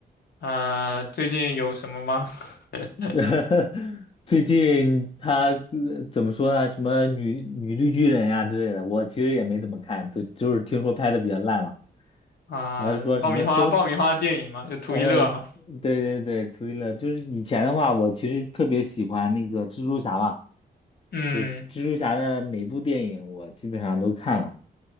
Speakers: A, on the left; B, on the left.
A: 啊、最近有什么吗？<laughs>
B: <laughs> 最近他呃怎么说呢？什么女女绿巨人呀之类的，我其实也没怎么看，就就是听说拍的比较烂嘛。
A: 啊、
B: 还是说什么争，
A: 爆米花，爆米花电影嘛，就图一乐嘛。
B: 呃，对对对，推了。就是以前的话，我其实特别喜欢那个蜘蛛侠嘛，
A: 嗯，
B: 就蜘蛛侠的每部电影我基本上都看了，